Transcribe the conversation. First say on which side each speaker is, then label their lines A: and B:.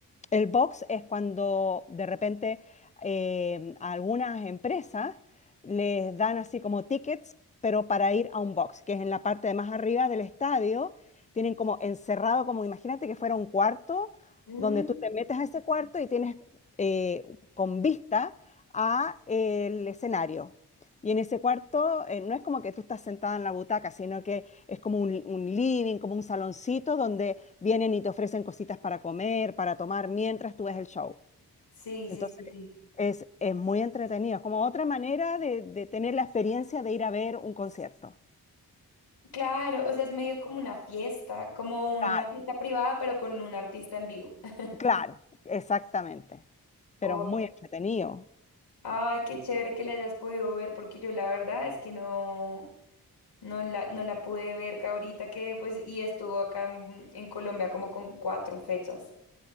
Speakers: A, on the left (about 20°); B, on the left (about 80°).
A: El box es cuando de repente eh, a algunas empresas les dan así como tickets, pero para ir a un box, que es en la parte de más arriba del estadio, tienen como encerrado, como imagínate que fuera un cuarto,
B: Mm.
A: donde tú te metes a ese cuarto y tienes eh, con vista a el escenario. Y en ese cuarto eh, no es como que tú estás sentada en la butaca, sino que es como un, un living, como un saloncito donde vienen y te ofrecen cositas para comer, para tomar mientras tú ves el show.
B: Sí,
A: Entonces
B: sí, sí, sí.
A: es, es muy entretenido, es como otra manera de, de tener la experiencia de ir a ver un concierto.
B: Claro, o sea, es medio como una fiesta, como una
A: Claro,
B: fiesta privada, pero con un artista en vivo. <laughs>
A: claro, exactamente. Pero
B: Oh,
A: es muy entretenido.
B: ay, qué chévere que la hayas podido ver, porque yo la verdad es que no, no la, no la pude ver que ahorita que, pues, y estuvo acá en, en Colombia como con cuatro fechas.